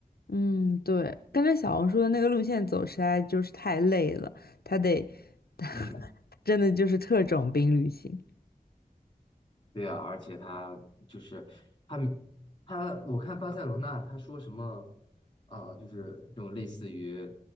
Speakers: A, on the left; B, on the left.
A: 嗯，对，跟着小红书的那个路线走实在就是太累了，他得，<laughs>
B: 嗯。
A: 真的就是特种兵旅行。
B: 对啊，而且他就是他他，我看巴塞罗那他说什么，呃，就是这种类似于